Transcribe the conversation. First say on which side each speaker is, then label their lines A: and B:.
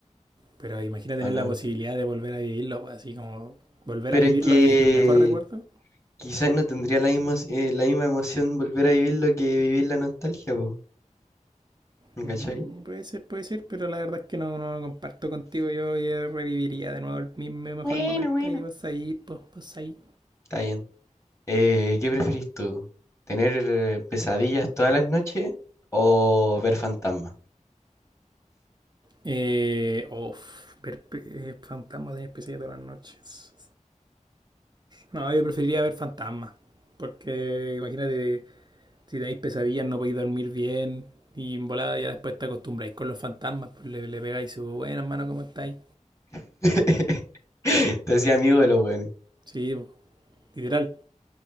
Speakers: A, on the right; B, on the left.
A: Pero imagina tener
B: ¿O no?
A: la posibilidad de volver a vivirlo, pues, así como volver
B: Pero
A: a vivir
B: es que
A: lo que es tu mejor recuerdo.
B: quizás no tendría la misma, eh, la misma emoción volver a vivirlo que vivir la nostalgia, po, ¿Me
A: Mm,
B: cachai?
A: Puede ser, puede ser, pero la verdad es que no, no comparto contigo. Yo eh, reviviría de nuevo el mismo mejor
B: Bueno,
A: momento.
B: bueno.
A: Y vas ahí, pues, vos ahí.
B: Está bien. Eh, ¿qué preferís tú? ¿Tener eh, pesadillas todas las noches o ver fantasmas?
A: Eh, uf, ver eh, fantasmas de NPC todas las noches. No, yo preferiría ver fantasmas. Porque imagínate, si tenéis pesadillas no podéis dormir bien. Y en volada ya después te acostumbráis con los fantasmas. Pues le, le pegáis su buena hermano, ¿cómo estáis?
B: <laughs> Te hacía amigo de los buenos.
A: Sí, literal.